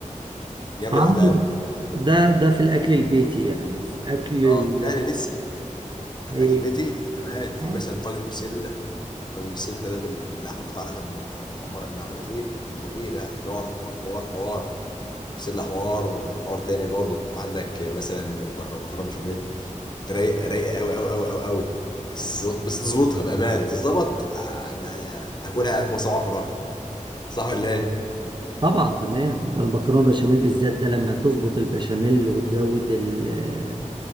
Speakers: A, on the left; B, on the right.
A: جامده
B: عندي
A: بامانه
B: ده ده في الأكل البيتي يعني في أكل ال
A: اه لا انا لسه
B: إيه
A: في اكل بيتي في كمان في
B: آه.
A: مثلا طاجن بسله طاجن بسله ده بال- باللحمه قطع لحمه م- م- متحمره معموله فيه مخفيه ده حوار حوار حوار حوار بسله حوار حوار تاني برضه وعندك مثلا بك- مكرونه بشاميل رايقه رايقه قوي قوي قوي قوي قوي بس بس تظبطها بامانه تظبط عن- تاكلها على صباعك وراها صح ولا ايه؟
B: طبعا تمام ده المكرونه بشاميل بالذات ده لما تظبط البشاميل وتزود ال- آه،